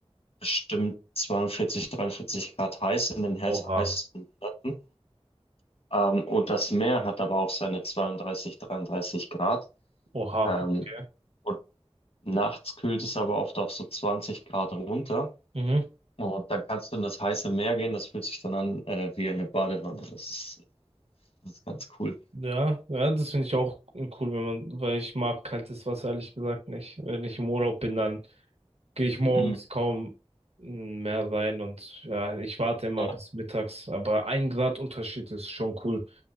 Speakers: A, on the left; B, on the right.
A: bestimmt 42, 43 Grad heiß in den heiß,
B: Oha.
A: heißesten Monaten. Ähm, und das Meer hat aber auch seine 32, 33 Grad.
B: Oha,
A: Ähm,
B: okay.
A: und nachts kühlt es aber oft auch so 20 Grad runter.
B: Mhm.
A: Und dann kannst du in das heiße Meer gehen, das fühlt sich dann an äh, wie eine Badewanne. Das ist, das ist ganz cool.
B: Ja, ja, das finde ich auch cool, wenn man, weil ich mag kaltes Wasser ehrlich gesagt nicht. Wenn ich im Urlaub bin, dann gehe ich morgens
A: Mhm.
B: kaum hm, mehr rein und ja, ich warte immer
A: Ja.
B: bis mittags. Aber ein Grad Unterschied ist schon cool,